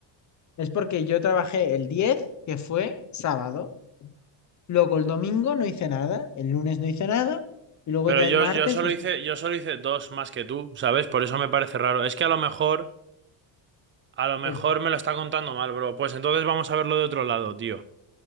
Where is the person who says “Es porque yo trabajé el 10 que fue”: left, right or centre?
Left